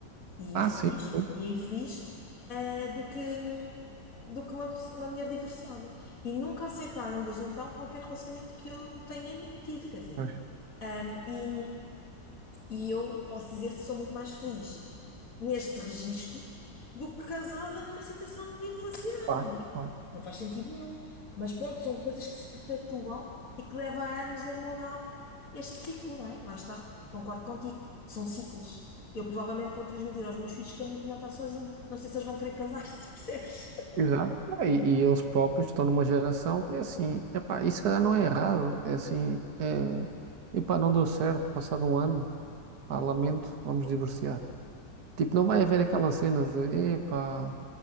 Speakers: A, on the left; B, on the right.
A: e
B: Ah,
A: infeliz,
B: sim. sim.
A: e infeliz, ah, do que, do que uma, pessoa- uma mulher divorciada. E nunca aceitaram desde então qualquer relacionamento que eu tenha tido, quer dizer.
B: Pois,
A: Ah, e, e eu posso dizer que sou muito mais feliz neste registro do que casada numa situação de infelicidade,
B: pá,
A: não é?
B: pá.
A: Não faz sentido nenhum. Mas pronto, são coisas que se perpetuam e que levam anos a mudar este ciclo, não é? Lá está, concordo contigo, são ciclos. Eu provavelmente vou transmitir aos meus filhos que é muito melhor estar sozinha. Não sei se eles vão querer casar-se, <laughs> percebes?
B: Exato. Ah, E, e eles próprios estão numa geração que é assim, epá, isso se calhar não é errado. É assim, é, epá, não deu certo, passado um ano, pá, lamento, vamos divorciar. Tipo, não vai haver aquela cena de, epá.